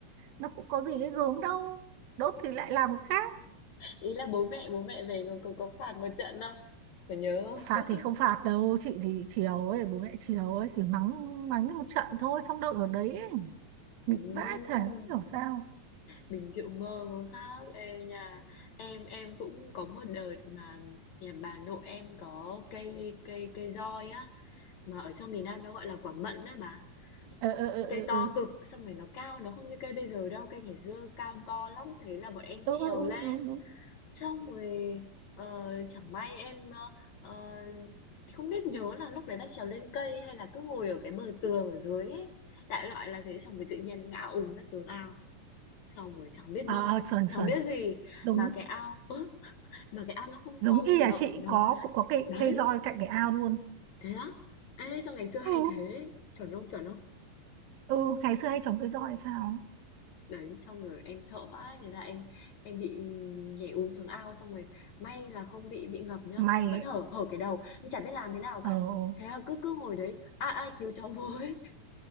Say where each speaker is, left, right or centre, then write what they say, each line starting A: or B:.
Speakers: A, on the right; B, on the left.
A: nó cũng có gì cái gớm đâu đốt thì lại làm cái khác
B: Ý là bố mẹ, bố mẹ về có, có, có phạt một trận không? Có nhớ
A: phạt
B: không?
A: thì không phạt đâu chị thì chiều ấy bố mẹ chiều ấy chỉ mắng mắng đi một trận thôi xong đâu ở đấy ấy. nghịch
B: Ừm,
A: vãi thể không hiểu sao
B: mình chịu mơ có khác Ê, nhà em em cũng có một đợt mà nhà bà nội em có cây cây cây roi á mà ở trong miền Nam nó gọi là quả mận á bà
A: ờ ờ ờ ờ
B: Cây to
A: ờ
B: cực, xong rồi nó cao, nó không như cây bây giờ đâu, cây ngày xưa cao to lắm, thế là bọn em
A: ừ,
B: trèo
A: ừ, ừ,
B: lên.
A: đúng đúng
B: Xong rồi ờ, chẳng may em ờ, ờ, không biết nhớ là lúc đấy là trèo lên cây hay là cứ ngồi ở cái bờ tường ở dưới ấy. Đại loại là thế, xong rồi tự nhiên ngã ùm ra xuống ao. Xong rồi chẳng biết
A: à
B: bơi,
A: à, chuẩn
B: chẳng
A: chuẩn
B: biết gì
A: giống
B: mà cái ao ớ, mà cái ao nó không
A: giống
B: sâu,
A: y là
B: nó
A: chị
B: nó
A: có cũng có cây
B: đấy,
A: cây roi cạnh cái ao luôn
B: thế á. Ê sao ngày xưa hay
A: ừ
B: thế, chuẩn không chuẩn không?
A: ừ ngày xưa hay trồng cây roi hay sao
B: Đấy, xong rồi em sợ vãi, thế là em em bị nhảy úm xuống ao, xong rồi may là không bị bị ngập nhá,
A: mày
B: vẫn
A: ấy,
B: hở hở cái đầu, nhưng chả biết làm thế nào
A: ờ
B: cả.
A: ờ,
B: Thế là cứ cứ ngồi đấy, ai ai cứu cháu với.